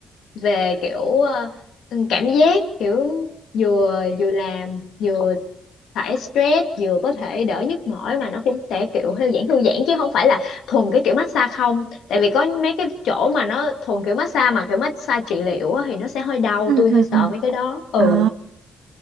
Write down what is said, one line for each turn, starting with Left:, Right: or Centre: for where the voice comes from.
Left: về kiểu ờ, ừm, cảm giác kiểu vừa vừa làm vừa thải stress vừa có thể đỡ nhức mỏi mà nó cũng sẽ kiểu thư giãn thư giãn chứ không phải là thuần cái kiểu massage không tại vì có mấy cái chỗ mà nó thuần kiểu massage mà kiểu massage trị liệu á, thì nó sẽ hơi đau
Right: ừ
Left: tôi hơi
Right: ừ
Left: sợ
Right: ừ
Left: mấy cái đó ừ
Right: à